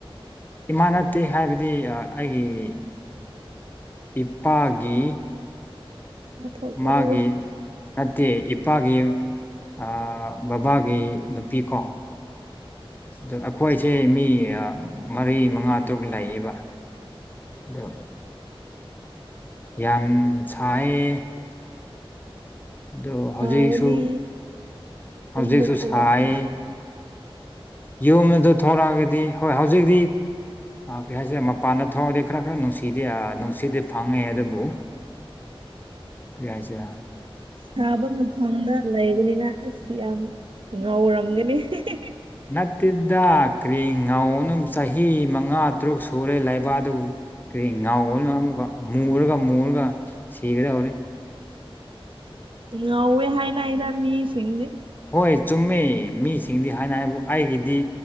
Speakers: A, on the left; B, on the right.
A: ꯏꯃꯥ ꯅꯠꯇꯦ ꯍꯥꯏꯕꯗꯤ ꯑꯩꯒꯤ ꯏꯄꯥꯒꯤ
B: ꯃꯥ ꯊꯣꯛꯄꯔꯣ
A: ꯃꯥꯒꯤ ꯅꯠꯇꯦ ꯏꯄꯥꯒꯤ ꯑꯥ ꯕꯕꯥꯒꯤ ꯅꯨꯄꯤꯀꯣ ꯗ ꯑꯩꯈꯣꯏꯁꯦ ꯃꯤ ꯃꯔꯤ ꯃꯉꯥ ꯇꯔꯨꯛ ꯂꯩꯌꯦꯕ ꯑꯗꯣ ꯌꯥꯝ ꯁꯥꯢꯑꯦ ꯑꯗꯨ
B: ꯁꯥꯔꯗꯤ
A: ꯍꯧꯖꯤꯛꯁꯨ ꯍꯧꯖꯤꯛꯁꯨ
B: ꯌꯨꯝꯗ ꯊꯣꯛꯂꯛꯑꯣ
A: ꯁꯥꯏꯑꯦ꯫ ꯌꯨꯝ ꯑꯗꯨ ꯊꯣꯔꯛꯑꯒꯗꯤ ꯍꯣꯏ ꯍꯧꯖꯤꯛꯇꯤ ꯑꯥ ꯀꯔꯤ ꯍꯥꯏꯁꯤꯔ ꯃꯄꯥꯟꯗ ꯊꯣꯛꯑꯗꯤ ꯈꯔ ꯈꯔ ꯅꯨꯡꯁꯤꯗꯤ ꯑ ꯅꯨꯡꯁꯤꯗꯤ ꯐꯪꯉꯦ ꯑꯗꯨꯕꯨ ꯀ꯭ꯔꯤ ꯍꯥꯏꯁꯤꯔ꯫
B: ꯁꯥꯕ ꯃꯐꯝꯗ ꯂꯩꯕꯅꯤꯅ ꯑꯁ ꯌꯥꯝ ꯉꯧꯔꯝꯒꯅꯤ ꯍꯤꯍꯤ꯫
A: ꯅꯠꯇꯦꯗ ꯀ꯭ꯔꯤ ꯉꯥꯎꯅꯝ ꯆꯍꯤ ꯃꯉꯥ ꯇꯔꯨꯛ ꯁꯨꯔꯦ ꯂꯩꯕꯥ ꯑꯗꯨ ꯀ꯭ꯔꯤ ꯉꯥꯎꯕꯅ ꯑꯃꯨꯛꯀ ꯃꯨꯔꯒ-ꯃꯨꯔꯒ ꯁꯤꯒꯗꯧꯔꯤ꯫
B: ꯉꯧꯋꯦ ꯍꯥꯏꯅꯩꯗ ꯃꯤꯁꯤꯡꯗꯤ꯫
A: ꯍꯣꯏ ꯆꯨꯝꯃꯦ ꯃꯤꯁꯤꯡꯗꯤ ꯍꯥꯏꯅꯩ ꯍꯥꯏꯕꯨ ꯑꯩꯒꯤꯗꯤ